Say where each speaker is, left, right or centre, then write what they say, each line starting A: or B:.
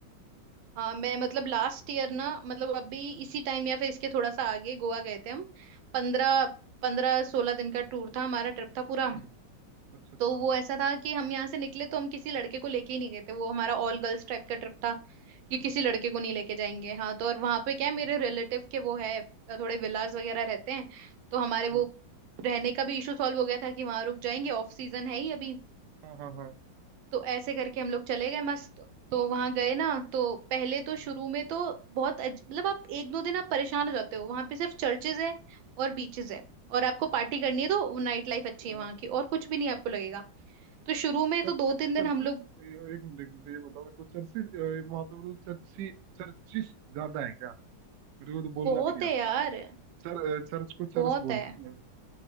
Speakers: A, on the right; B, on the right.
A: हाँ मैं मतलब लास्ट ईयर ना मतलब अभी
B: हम्म
A: इसी टाइम या फिर इसके थोड़ा सा आगे गोवा गए थे हम पंद्रह पंद्रह सोलह दिन का टूर था हमारा ट्रिप था पूरा
B: हम्म, अच्छा अच्छा
A: तो वो ऐसा था कि हम यहाँ से निकले तो हम किसी लड़के को लेके ही नहीं गए थे वो हमारा ऑल गर्ल्स टाइप का ट्रिप था कि किसी
B: अच्छा
A: लड़के
B: अच्छा
A: को नहीं लेके जाएंगे हाँ तो और वहां पे क्या है, मेरे
B: हाँ
A: रिलेटिव के वो है अ, थोड़े विलाज वगैरह रहते हैं तो हमारे वो
B: हम्म
A: रहने का भी इशू सॉल्व हो गया था कि वहां रुक जाएंगे ऑफ सीजन है ही अभी
B: हाँ हाँ हाँ
A: तो ऐसे करके हम लोग चले गए मस्त तो वहां गए ना तो पहले तो
B: हम्म
A: शुरू में तो बहुत अज- मतलब आप एक दो दिन आप परेशान हो जाते हो वहां पे सिर्फ चर्चेज है और बीचेस है और आपको पार्टी करनी है तो
B: अच्छा
A: नाइट लाइफ अच्छी है
B: हाँ।
A: वहां की और कुछ भी नहीं आपको लगेगा तो शुरू में
B: चर्चिस
A: तो दो तीन दिन
B: चर्चिस
A: हम लोग
B: एक मिनट एक मिनट ये बताओ मेरे को चर्चिस वहां पे मतलब चर्ची चर्चिस ज्यादा है क्या मेरे को तो बोलना
A: बहुत
B: भी नहीं
A: है
B: आता
A: यार
B: मैं तो चर, चर्च को
A: बहुत
B: चरस बोलता
A: है
B: हूँ मैं तो।